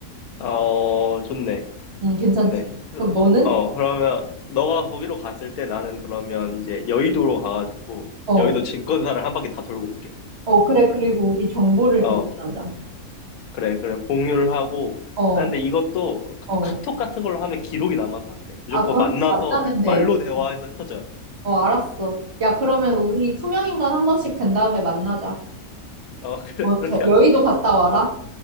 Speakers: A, on the left (about 75°); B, on the right (about 45°).
A: 어, 좋네.
B: 음, 괜찮지.
A: 좋네.
B: 그럼 너는?
A: 어, 그러면, 너가 거기로 갔을 때 나는 그러면 이제 여의도로 가가지고,
B: 어,
A: 여의도 증권사를 한 바퀴 다 돌고 올게.
B: 어, 그래. 그리고 우리 정보를
A: 어,
B: 교환하자.
A: 그래, 그래. 공유를 하고,
B: 어,
A: 하는데 이것도
B: 어.
A: 또 카톡 같은 걸로 하면 기록이 남아서 안 돼. 무조건
B: 아, 그거
A: 만나서
B: 한번 만나면 돼.
A: 말로 대화해서
B: 어,
A: 흩어져야 돼.
B: 어, 알았어. 야, 그러면 우리 투명인간 한 번씩 된 다음에 만나자.
A: 어, <laughs> 그래,
B: 어,
A: 그렇게
B: 저 여의도
A: 하자.
B: 갔다 와라.